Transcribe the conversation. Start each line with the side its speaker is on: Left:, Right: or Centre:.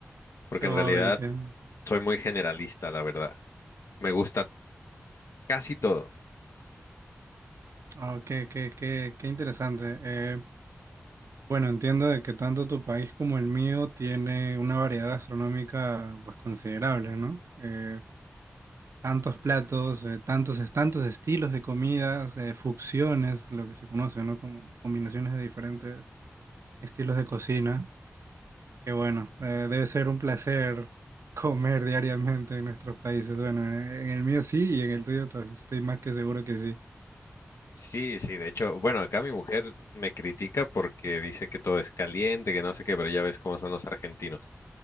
Left: Porque
Right: Oh,
Left: en realidad
Right: entiendo.
Left: soy muy generalista, la verdad. Me gusta casi todo.
Right: ah qué, qué, qué, qué interesante. Eh, bueno, entiendo de que tanto tu país como el mío tiene una variedad gastronómica pues considerable, ¿no? Eh, tantos platos, eh, tantos, tantos estilos de comidas, eh, fusiones, lo que se conoce, ¿no? Como combinaciones de diferentes estilos de cocina. Qué bueno, eh, debe ser un placer comer diariamente en nuestros países. Bueno, en en el mío sí y en el tuyo to- estoy más que seguro que sí.
Left: Sí, sí, de hecho, bueno, acá mi mujer me critica porque dice que todo es caliente, que no sé qué, pero ya ves cómo son los argentinos.